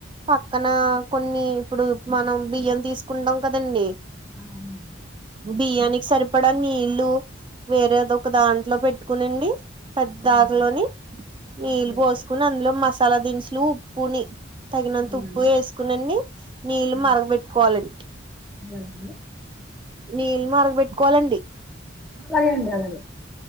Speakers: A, on the right (about 25°); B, in the centre.
A: పక్కన కొన్ని ఇప్పుడు మనం బియ్యం తీసుకుంటాం కదండి
B: ఆ అవునండ్
A: బియ్యానికి సరిపడా నీళ్లు వేరే దొక దాంట్లో పెట్కునిండి పెద్దాకలోని
B: హ్మ్.
A: నీళ్ళు
B: అలాగే అండి
A: పోసుకొని అందులో మసాలా దినుసులు, ఉప్పుని తగినంత
B: అవునా
A: ఉప్పు
B: అండి
A: వేసుకునిండి నీళ్ళ
B: అలాగే
A: మరగబెట్టుకోవాలండ్
B: అలాగే అండి
A: నీళ్ళు మరగబెట్కోవాలండి
B: అలాగే అండి అలాగే